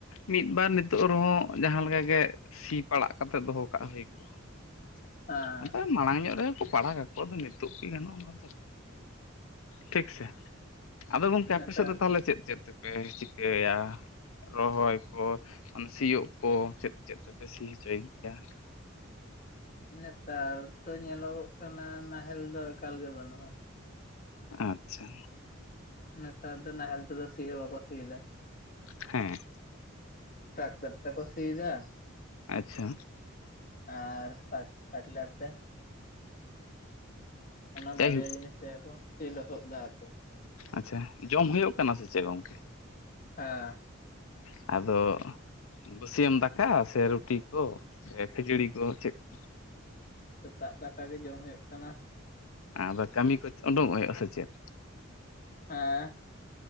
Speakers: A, on the left (about 80°); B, on the left (about 40°).
A: ᱢᱤᱫ ᱵᱟᱨ ᱱᱤᱛᱚᱜ ᱨᱮᱦᱚᱸ ᱡᱟᱦᱟᱸ ᱞᱮᱠᱟ ᱜᱮ ᱥᱤ ᱯᱟᱲᱟᱜ ᱠᱟᱛᱮᱜ ᱫᱚᱦᱚ ᱠᱟᱜ ᱦᱩᱭ ᱠᱚᱜᱼᱟ
B: <unintelligible>
A: ᱟᱫᱚ ᱢᱟᱲᱟᱝ ᱧᱚᱜ ᱨᱮᱜᱮ ᱠᱚ ᱯᱟᱲᱟᱜ ᱠᱟᱠᱚ ᱟᱫᱚ ᱱᱤᱛᱚᱜ ᱠᱤ ᱜᱟᱱᱚᱜᱼᱟ ᱚᱱᱟ ᱫᱚ ᱴᱷᱤᱠ ᱥᱮ ᱟᱫᱚ ᱜᱚᱝᱠᱮ ᱟᱯᱮ
B: ᱱᱮᱛᱟᱨ
A: ᱥᱮᱫ ᱫᱚ ᱛᱟᱦᱚᱞᱮ ᱪᱮᱫ ᱪᱮᱫ ᱛᱮᱯᱮ ᱪᱤᱠᱟᱹᱭᱟ? ᱨᱚᱦᱚᱭ ᱠᱚ ᱢᱟᱱᱮ ᱥᱤᱭᱳᱜ ᱚ ᱪᱮᱫ ᱪᱮᱫ ᱛᱮᱯᱮ ᱥᱤ ᱦᱚᱪᱚᱭ ᱜᱮᱭᱟ?
B: ᱱᱮᱛᱟᱨ ᱛᱚ ᱧᱮᱞᱚᱜᱚᱜ ᱠᱟᱱᱟ ᱱᱟᱦᱮᱞ ᱫᱚ ᱮᱠᱟᱞ ᱜᱮ ᱵᱟᱹᱱᱩᱜᱼᱟ
A: ᱟᱪᱷᱟ
B: ᱱᱮᱛᱟᱨ ᱫᱚ ᱱᱟᱦᱮᱞ ᱛᱮᱫᱚ ᱥᱤ ᱦᱚᱸ ᱵᱟᱠᱚ ᱥᱤᱭᱮᱫᱟ
A: ᱦᱮᱸ
B: ᱴᱨᱟᱠᱛᱟᱨ ᱛᱮ ᱠᱚ ᱥᱤ‌ ᱮᱫᱟ
A: ᱟᱪᱷᱟ
B: ᱟᱨ ᱯᱟᱴᱤᱞᱟᱨ ᱛᱮ ᱚᱱᱟ
A: ᱡᱟᱭᱦᱳᱠ
B: ᱵᱟᱨᱭᱟ ᱡᱤᱱᱤᱥ ᱛᱮᱜᱮ ᱠᱚ ᱥᱤ ᱞᱚᱥᱚᱫ ᱮᱫᱟ ᱟᱨᱠᱤ
A: ᱟᱪᱪᱷᱟ ᱡᱚᱢ ᱦᱩᱭᱩᱜ ᱠᱟᱱᱟ ᱥᱮ ᱪᱮᱫ ᱜᱚᱝᱠᱮ?
B: ᱦᱮᱸ
A: ᱟᱫᱚ ᱵᱟᱹᱥᱤᱭᱟᱢ ᱫᱟᱠᱟ ᱥᱮ ᱨᱩᱴᱤ ᱠᱚ ᱥᱮ ᱠᱷᱟᱹᱡᱟᱹᱲᱤ ᱠᱚ ᱪᱮᱫ ᱠᱚ
B: ᱥᱮᱛᱟᱜ ᱫᱟᱠᱟ ᱜᱮ ᱡᱚᱢ ᱦᱩᱭᱩᱜ ᱠᱟᱱᱟ
A: ᱟᱫᱚ ᱠᱟᱹᱢᱤ ᱠᱚ ᱩᱰᱩᱠᱚᱜ ᱦᱩᱭᱩᱜᱼᱟ ᱥᱮ ᱪᱮᱫ
B: ᱦᱮᱸ